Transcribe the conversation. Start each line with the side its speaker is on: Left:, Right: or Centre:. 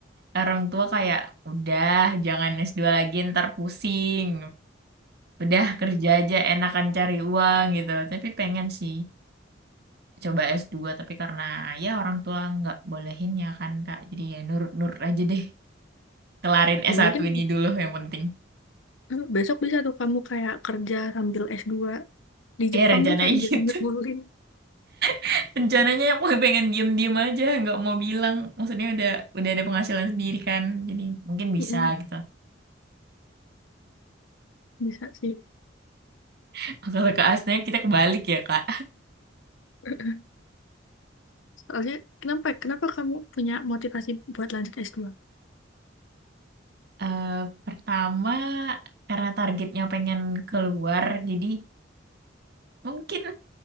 Right: orang tua kayak udah jangan s dua lagi ntar pusing. Udah kerja aja enakan cari uang gitu. Tapi pengen sih. coba s dua tapi karena ya orang tua nggak bolehin ya kan Kak jadi ya nurut-nurut aja deh kelarin
Left: Ya,
Right: s satu
Left: mungkin
Right: ini dulu yang penting
Left: <laughs> besok bisa tuh kamu kayak kerja sambil s dua di
Right: eh
Left: Jepang
Right: rencananya
Left: tuh kayak jarang
Right: gitu
Left: nyebulin
Right: <laughs> rencananya aku pengen diem-diem aja nggak mau bilang maksudnya udah udah ada penghasilan sendiri kan jadi mungkin bisa
Left: Mm-mm,
Right: gitu
Left: bisa sih
Right: <laughs> kalau ke asnya kita kebalik ya Kak
Left: <laughs> Soalnya kenapa kenapa kamu punya motivasi buat lanjut s dua?
Right: Eh, pertama karena targetnya pengen keluar jadi mungkin